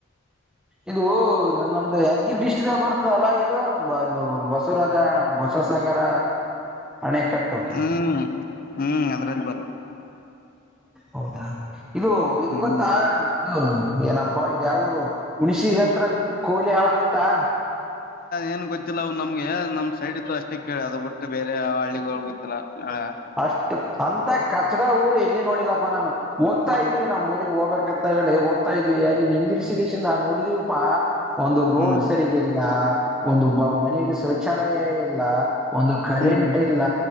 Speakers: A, in the centre; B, on the left.
A: ಇದು ನಮ್ದ ಯಾದಗಿರಿ ಡ್ಟ ಇ ಬರ್ತದಲ್ಲಾ ಇದು ಬಸವರಾಜ ಬಸವಸಾಗರ ಅಣೆಕಟ್ಟು
B: ಹ್ಮ್ ಹ್ಮ್ ಅದ್ರಲ್ಲಿ ಬರ್
A: ಹೌದಾ ಇದು ಇದು
B: ಹ್ಮ್
A: ಗೊತ್ತದು ಏನಪ್ಪಾ ಇದ ಯಾವರು ಹಣಸಿಗೆ ಹತ್ರ ಕೋಲಿ ಹಾಳಾಗತ್ತಾ
B: ಏನ್ ಗೊತ್ತಿಲ್ಲ ಅ್ ನಮ್ಗೆ ನಮ್ ಸೈಡ್ ಇ್ದ ಅಷ್ಟೇ ಕೇಳಿ ಅದ ಬಿಟ್ಟು ಬೇರೆ ಹಳ್ಳಿಗಳು ಗೊತ್ತಿಲ್ಲ
A: ಅಷ್ಟು ಅಂತ ಕಚಡ ಊರು ಎಲ್ಲಿ ನೋಡಿಲ್ಲಪ್ಪಾ ನಾನು ಹೋಗ್ತಾ ಇದೀವಿ ನಮ್ ಊರಿಗೆ ಹೋಗ್ಬೇಕಂತ ಹೇಳಿ ಹೋಗ ತಾ ಇದವಿ ಅಲ್ಲಿ ನಿಂದಿರ್ಸಿಗಸಿಂದ ನೋಡಿದ್ವಿಪ್ಪಾ ಒಂದು ರೋಡ್
B: ಹ್ಮ್
A: ಸರಿ ಇಲ್ಲ ಒಂದು ಬ ಮನಿಗಿ ಶೌಚಾಲಯ ಇಲ್ಲ ಒಂದು ಕರೆಂಟ್
B: ಹ್ಮ್
A: ಇಲ್ಲ